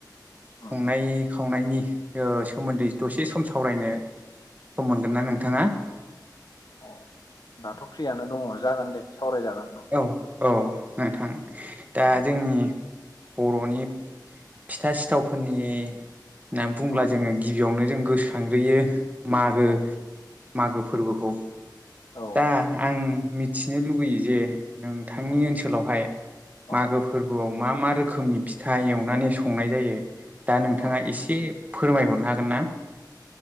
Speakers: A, on the left (about 65°); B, on the right (about 20°).
A: उम
B: संनाय खावनायनि ओ सोमोन्दै दसे सम सावरायनो सम मोनगोन ना नोंथाङा
A: अ दाथ फ्रियानो दङ जागोन दे सावरायजागोन
B: औ औ नोंथां
A: औ
B: दा जोंनि बर'नि फिथा सिथावफोरनि होननानै बुंब्ला
A: औ
B: जोङो गिबियावनो जों गोसोखांग्रोयो मागो
A: औ
B: मागो फोरबोखौ
A: औ
B: दा आं मिथिनो लुुबैयो जे नोंथांनि
A: औ
B: ओनसोलावहाय
A: औ
B: मागो फोरबोआव मा मा रोखोमनि फिथा एवनानै संनाय जायो दा नोंथाङा
A: औ
B: एसे फोरमायहरनो हागोन ना